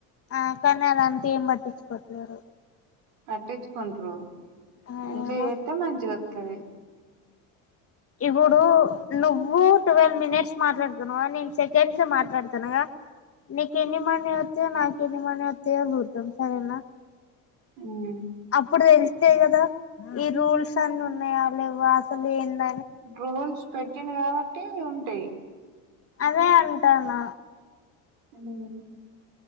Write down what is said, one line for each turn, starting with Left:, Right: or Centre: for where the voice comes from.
Left: ఆ కానీ అలా అంత ఏం పట్టించుకోట్లేరు
Right: పట్టించుకుంటారు
Left: ఆ
Right: మంచిగా
Left: ఏమో
Right: చేతే మంచిగా <unintelligible>
Left: ఇప్పుడు నువ్వు ట్వెల్వ్ మినిట్స్ మాట్లాడుతానువా నేను సెకండ్స్ మాట్లాడుతానుగా నీక ఎన్ని మనీ వస్తాయో నాకు ఎన్ని మనీ వస్తాయో చూద్దాం సరేనా
Right: మ్మ్
Left: అప్పుడు తేలిసి అే కదా ఈ రూల్స్ అన్ని ఉన్నాయా లేవ అసలు ఏంద
Right: రూల్స్ పెట్టిండు కాబట్టి ఉంటాయి
Left: అదే అంటన్న
Right: ఉమ్